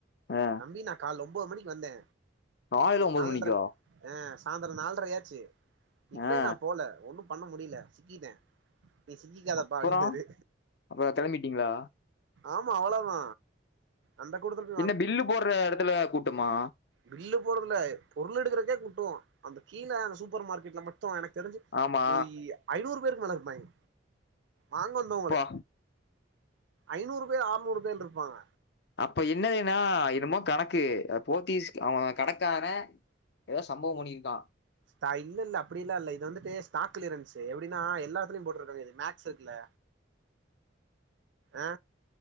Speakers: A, on the left (about 55°); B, on the right (about 70°).
A: ஆ
B: தம்பி நா காலைலா ஒன்பது மணிக்கு வந்தே
A: காலைல ஒம்போது
B: நால்ர
A: மணிக்கா
B: ஆ சாய்ந்தர நாலரையாச்சு இப்பயு
A: ஆ
B: நா போல ஒண்ணு பண்ண முடில சிக்கிட்டே நீ சிசிக்காதப்பா
A: அப்பறோ
B: அப்டின்னாரு
A: அப்ப கெளம்பிட்டீங்களா
B: ஆமா அவ்வளோதா அந்த கூட்டத்ல
A: என்ன பில்லு போடுற இடத்துல கூட்டமா
B: பில்லு போறதுல பொருள் எடுக்கறக்கே குட்டம் அந்த கீழே அந்த சூப்பர் மார்க்கெட்ல மட்டு மொத்தோ எனக் தெரிஞ்சு
A: ஆமா
B: ஒரு ஐநூறு பேருக்கு மேல இருப்பாய்ங் வாங்கந்து ங்களே
A: அப்பா
B: ஐநூறு பேர் ஆர்நூறு பேர் இருப்பாங்க
A: அப்ப என்னதுனா இனுமோ கணக்கு போத்திஸ் அவ கடக்காரே எதோ சம்பவம் பண்ணிருக்கா
B: தா இல்லல்ல அப்பிடில்லா இல்ல இது வந்துட்டு ஸ்டாக் க்ளியரன்ஸு எப்டினா எல்லாத்துலயு போ ட்ருக்கற்து இது மேக்ஸ் இருக்குல்ல ஆ